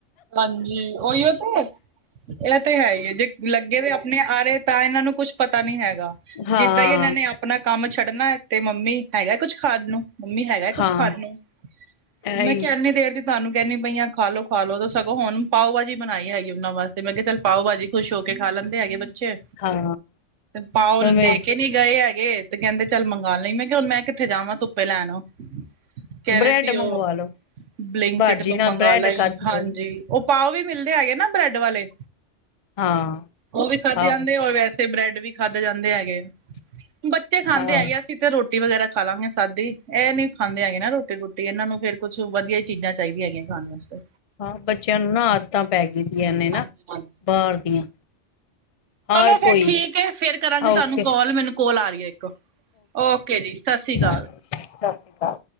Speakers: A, on the right; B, on the left.
A: ਹਾਂਜੀ ਓਈ ਓ ਤੇ ਐ ਤੇ ਹੈ ਈ ਏ ਜੇ ਲੱਗੇ ਦੇ ਆਪਣੇ ਆਰੇ ਤਾਂ ਏਨਾਂ ਨੂੰ ਕੁੱਛ ਪਤਾ ਨੀ ਹੈਗਾ,
B: ਹਾਂ
A: ਜਿੱਦਾਂ ਈ ਏਨਾਂ ਨੇ ਆਪ ਆਪਣਾ ਕੰਮ ਛੱਡਣਾ ਤੇ, ਮੰਮੀ ਹੈਗਾ ਕੁਛ ਖਾਨ ਨੂੰ। ਮੰੰਮੀ ਹੈਗਾ ਕੁਛ
B: ਹਾਂ
A: ਖਾਂਣ ਨੂੰ,
B: ਇਹੀ
A: ਮੈਂ ਕਿਆ ਏਨੀ ਦੇਰ ਦੀ ਤਾਨੂੰ ਕੈਣੀ ਬਈ ਆਂ ਖਾਲੋ- ਖਾਲੋ ਸਗੋਂ ਹੁਣ ਪਾਓ ਭਾਜੀ ਬਣਾਈ ਹੈਗੀ ਓਨਾਂ ਵਾਸਤੇ, ਮੈਂ ਕਿਆ ਚੱਲ ਪਾਓ ਭਾਜੀ ਖੁਸ਼ ਹੋ ਕੇ ਖਾ ਲੈਂਦੇ ਹੈਗੇ ਬੱਚੇ।
B: ਹਾਂ
A: ਪਾਓ ਲ
B: ਮੈਂ
A: ਦੇ ਕੇ ਨੀ ਗਏ ਹੈਗੇ ਤੇ ਕੈਂਦੇ ਚੱਲ ਮੰਗਾ ਲਈਂ, ਮੈਂ ਕਿਆ ਹੁਣ ਮੈਂ ਕਿੱਥੇ ਜਾਵਾਂ ਧੁੱਪੇ ਲੈਣ। ਕੈ
B: ਬ੍ਰੈਡ
A: ਰੇ ਸੀ
B: ਮੰਗਵਾ
A: ਓ,
B: ਲੋ
A: ਬਲਿੰਕਟ
B: ਭਾਜੀ
A: ਤੋਂ
B: ਨਾਲ
A: ਮੰਗਾ
B: ਬ੍ਰੈਡ
A: ਲਈੰ।
B: ਖਾਦੀ
A: ਹਾਂ
B: ਜਾਏ
A: ਜੀ ਓ ਪਾਓ ਵੀ ਮਿਲਦੇ ਹੈਗੇ ਨਾ ਬ੍ਰੈਡ ਵਾਲੇ।
B: ਹਾਂ
A: ਓ ਵੀ ਖਾਧੇ
B: ਆਹੋ
A: ਜਾਂਦੇ ਔਰ ਵੈਸੇ ਬ੍ਰੈਡ ਵੀ ਖਾਧੇ ਜਾਂਦੇ ਹੈਗੇ। ਬੱਚੇ ਖਾਂਦੇ
B: ਆਹੋ
A: ਹੈਗੇ, ਅਸੀਂ ਤੇ ਰੋ ਰੋਟੀ ਵਗੈਰਾ ਖਾ ਲਾਂਗੇ ਸਾਦੀ ਇਹ ਨੀ ਖਾਂਦੇ ਹੈਗੇ ਨਾ ਰੋਟੀ ਰੋਟੀ ਇਹਨਾਂ ਨੂੰ ਫੇਰ ਕੁੱਛ ਵਧੀਆ ਚੀਜ਼ਾਂ ਚਾਹੀ ਦੀਆ ਹੈਗੀਆਂ ਖਾਣ ਵਾਸਤੇ।
B: ਹਾਂ ਬੱਚਿਆਂ ਨੂੰ ਨਾ ਆਦਤਾਂ ਪੈ ਗਈ ਦੀਆਂ ਨ ਨੇ ਨਾ
A: ਹਾਂਜੀ ਹਾਂਜੀ
B: ਬਾਹਰ ਦੀਆਂ ਹਰ
A: ਚਲੋ ਫੇਰ
B: ਕੋਈ
A: ਠੀਕ ਹੈ ਫੇਰ ਕਰਾਂਗੇ
B: ਓਕੇ
A: ਤੁਹਾਨੂੰ ਕਾਲ ਮੈਨੂੰ ਕੋਲ ਆ ਰਹੀ ਹੈ ਇੱਕ ਓਕੇ ਜੀ। ਸਤਿ ਸ੍ਰੀ ਅਕਾਲ।
B: ਬਾਏ ਸਤਿ ਸ਼੍ਰੀ ਅਕਾਲ